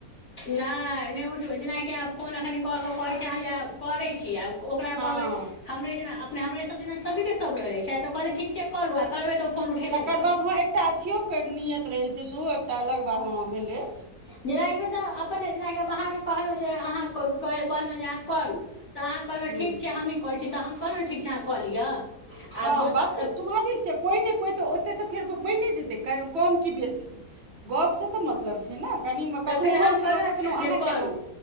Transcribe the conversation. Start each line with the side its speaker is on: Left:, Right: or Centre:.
Left: नहि नहि उठबै जेनाकि आब फोन एखन कऽ कऽ कहै छै हैया आ करै छी आब <unintelligible> ओकरा
Right: हँ
Left: कहबै हमरे जेना अपने हमरे सब जेना सभीके सभ रहै छै तऽ कहतै ठीक छै करू आ करबै तऽ ओ फोन उठेबे
Right: तकर
Left: नहि करतै
Right: बाद वहाँ <unintelligible> एकटा अथियोकके नियत रहै छै सेहो एकटा अलगवा ह भेलै
Left: जेनाकि म <unintelligible> तब अपने जेनाकिब अहाँके कहलहुँ जे अहाँ कहलहुँ जे अहाँ करू तऽ अहाँ कहलहुँ
Right: हूँ
Left: ठीक छै हमही करै छी तऽ हम कहलहुँ ठीक छै अहाँ कऽ लिअ
Right: हँ
Left: आब दोसर
Right: बात छै स्वाभाविक छै कोइ नहि कोइ तऽ ओतेक तऽ फेर बनि जेतै कम कि बेसी गपसँ तऽ मतलब छै ने कनिमे
Left: तऽ
Right: कखनहु
Left: फेर हम कहलहुँ
Right: कयलहुँ कखनहु
Left: जे
Right: अहाँ
Left: करू
Right: कयलहुँ